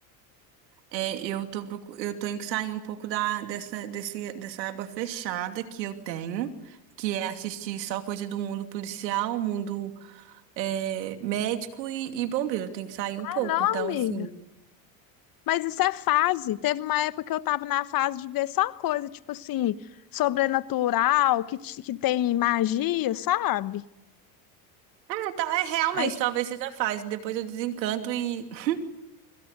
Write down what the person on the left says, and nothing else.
Ah,
não,
amiga.
Mas isso é fase. Teve uma época que eu tava na fase de ver só coisa, tipo assim, sobrenatural, que, te- que tem magia, sabe?
Aí, tipo,